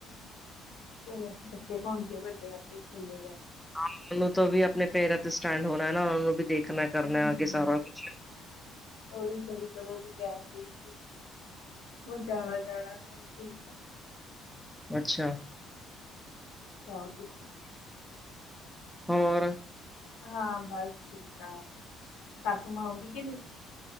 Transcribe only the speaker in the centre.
ਹਾਂ ਮੈਨੂੰ ਤਾਂ ਵੀ ਆਪਣੇ ਪੈਰਾਂ ਤੇ ਸਟੈਂਡ ਹੋਣਾ ਨਾ ਉਹਨੂੰ ਵੀ ਦੇਖਣਾ। ਕਰਨਾ
ਅੱਗੇ ਸਾਰਾ ਕੁਛ
ਅੱਛਾ।
ਹੋਰ।